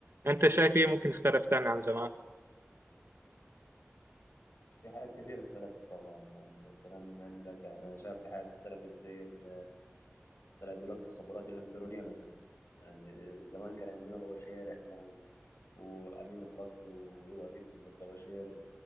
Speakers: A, on the right (about 60°); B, on the left (about 80°).
A: أنت شايف إيه ممكن اختلف تاني عن زمان؟
B: في حاجات كتير اختلفت طبعا يعني مثلا عندك انا شايف في حاجات اختلفت زي ال- طلعت دلوقتي الصبورات الالكترونيه مثلا يعني زمان كان عندنا طباشير احنا و... وامين الفصل ويقعد يكتب بالطباشير